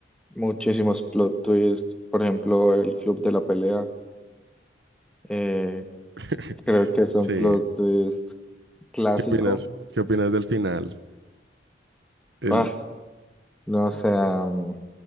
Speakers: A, in the centre; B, on the right.
A: muchísimos plot twists, por ejemplo, El Club de la Pelea, eh,
B: <laughs>
A: creo que es
B: Sí.
A: un plot
B: ¿Qué
A: twist clásico,
B: opinas? ¿Qué opinas del final? El,
A: ah, no sé, mm,